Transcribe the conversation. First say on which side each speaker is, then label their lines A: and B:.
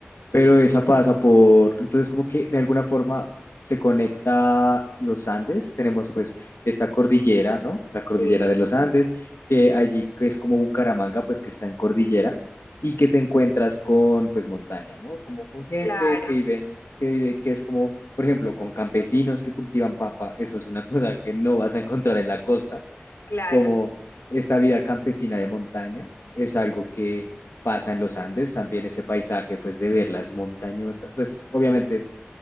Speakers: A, on the left (about 85°); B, on the left (about 70°).
A: pero esa pasa por, entonces como que de alguna forma se conecta los Andes, tenemos pues esta cordillera, ¿no? La cordillera
B: Sí,
A: de los Andes, que allí que es como Bucaramanga, pues que está en cordillera y que te encuentras con pues montaña, ¿no? Como con gente
B: claro,
A: que vive, en- que vive, que es como, por ejemplo, con campesinos que cultivan papa, eso es una <laughs> cosa que no vas a encontrar en la costa
B: claro.
A: como esta vida campesina de montaña es algo que pasa en los Andes, también ese paisaje pues de ver las montañotas, pues obviamente